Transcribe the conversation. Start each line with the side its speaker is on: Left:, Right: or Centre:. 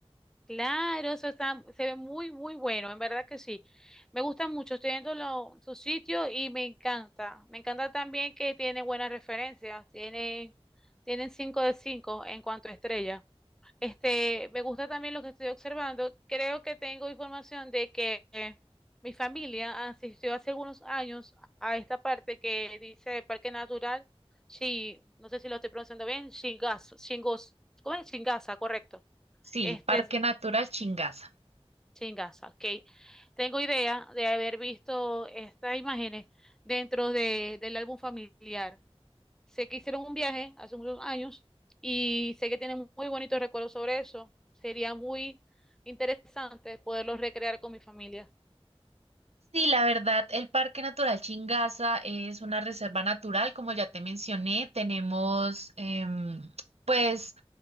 Centre: Claro, eso está, se ve muy, muy bueno, en verdad que sí. Me gusta mucho, estoy viendo lo- su sitio y me encanta. Me encanta también que tiene buenas referencias, tiene, tienen 5 de 5 en cuanto a estrellas. Este, me gusta también lo que estoy observando. Creo que tengo información de que eh, mi familia asistió hace algunos años a esta parte que dice Parque Natural, Shi- no sé si lo estoy pronunciando bien, Shingas, Shingos, ¿cómo es? Shingasa, correcto.
Right: Sí,
Centre: Este,
Right: Parque Natural Chingaza.
Centre: Sí, en ok. Tengo idea de haber visto estas imágenes dentro de- del álbum familiar. Sé que hicieron un viaje hace muchos años y sé que tienen muy bonitos recuerdos sobre eso. Sería muy interesante poderlos recrear con mi familia.
Right: Sí, la verdad, el Parque Natural Chingaza es una reserva natural, como ya te mencioné, tenemos, em, pues,